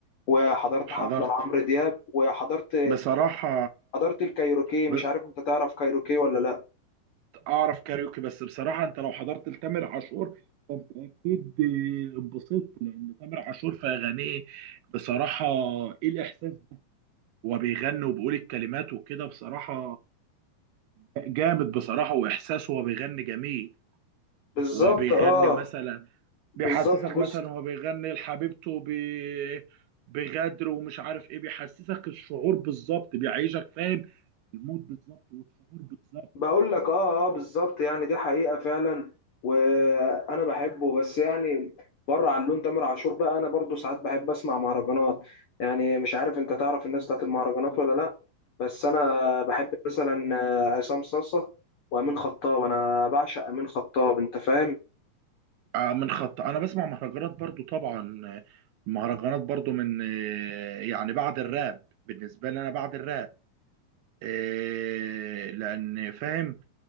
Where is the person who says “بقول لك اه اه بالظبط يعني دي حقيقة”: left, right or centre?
Left